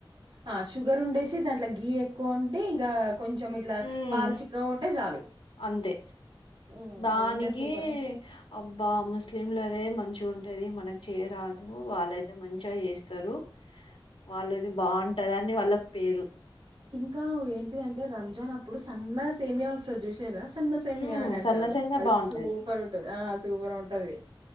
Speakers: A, on the right; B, on the left.
A: ఆ షుగర్ ఉండేసి దాంట్లో గీ ఎక్కువ ఉంటే ఇంకా కొంచెం ఇట్లా
B: ఉమ్
A: పాలు చిక్కగా ఉంటే చాలు
B: అంతే
A: హ్మ్.
B: దానికి
A: అవి ఉంటే సూపర్గా
B: అబ్బా ముస్లింలదే మంచిగుంటది మనకి చేయరాదు వాళ్ళయితే మంచిగా చేస్తారు వాళ్ళది బాంటది అని వాళ్ళ పేరు
A: ఇంకా ఏంటిది అంటే రంజాన్ అప్పుడు సన్నగ సేమియా వస్తది జుస్ తేరా సన్నసేమియా
B: ఉమ్
A: అని అంటారు
B: సన్న సేమియా
A: అది
B: బాగుంటది
A: సో సూపర్ ఉంటది ఆ సూపర్ ఉంటుది